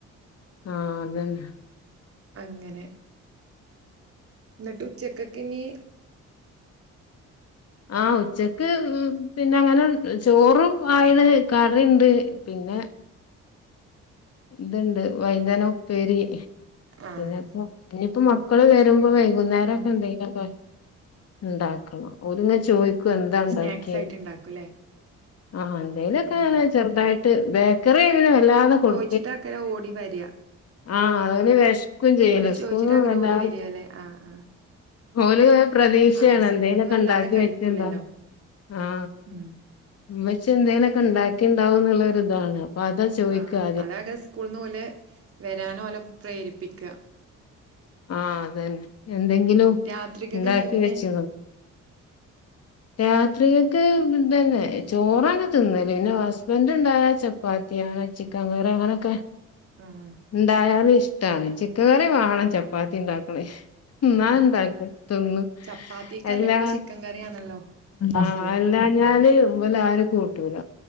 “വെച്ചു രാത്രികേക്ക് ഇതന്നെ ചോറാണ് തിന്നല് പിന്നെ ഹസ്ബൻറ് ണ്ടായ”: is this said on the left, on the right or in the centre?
Left